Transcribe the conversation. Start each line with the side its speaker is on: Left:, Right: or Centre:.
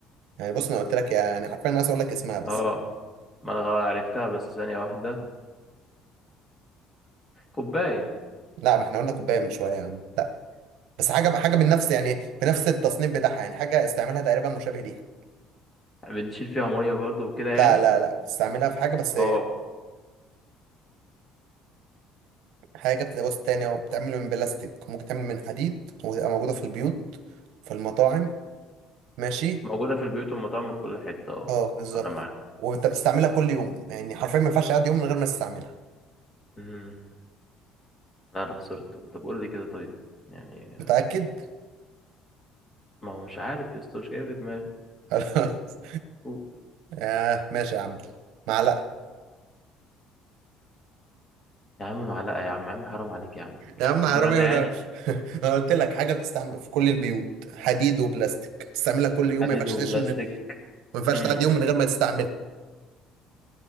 Right: يعني بص انا قلت لك يعني حرفيا انا عايز اقول لك اسمها بس
Left: اه ما انا غ- عرفتها بس ثانيه واحده كوبايه
Right: لا ما احنا قلنا كوباية من شوية يا عم لا بس حاجة حاجة من نفس يعني بنفس التصنيف بتاعها يعني حاجة استعمالها تقريبا مشابه ليها
Left: بنشيل فيها ميه برضو وكده يعني
Right: لا لا لا بتستعملها في حاجة بس
Left: اه
Right: حاجة بتتجوز تاني أو بتعمل من بلاستيك ممكن تعمل من حديد وتبقى موجودة في البيوت في المطاعم ماشي
Left: موجوده في البيوت والمطاعم وفي كل حته اه
Right: اه بالظبط
Left: انا معاك
Right: وانت بتستعملها كل يوم يعني حرفيا ما ينفعش اقعد يوم من غير ما تستعملها
Left: امم لا انا خسرت طب قول لي كده طيب يعني
Right: متأكد؟ <laughs>
Left: ما هو مش عارف يا اسطى مش جاي في دماغي
Right: خلاص
Left: قول.
Right: آه ماشي يا عم معلقة
Left: يا عم معلقه يا عم يا عم حرام عليك يا عم
Right: يا عم حرامي
Left: دور انا
Right: وانا
Left: يعني
Right: <laughs> انا قلت لك حاجة بتستعمل في كل البيوت حديد وبلاستيك بتستعملها كل يوم
Left: حديد
Right: ما ينفعش
Left: وبلاستيك
Right: تعيش من... ما ينفعش
Left: امم
Right: تعدي يوم من غير ما تستعملها